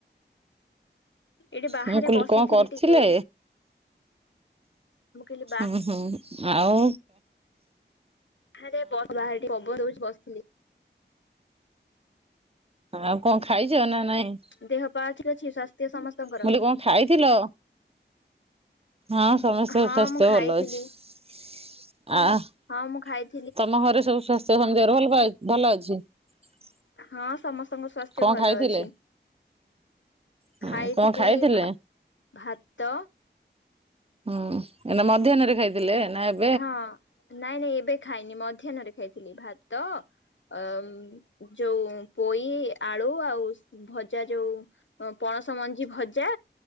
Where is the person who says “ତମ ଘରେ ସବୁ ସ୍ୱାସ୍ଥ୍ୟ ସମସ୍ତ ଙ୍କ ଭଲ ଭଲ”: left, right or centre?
Right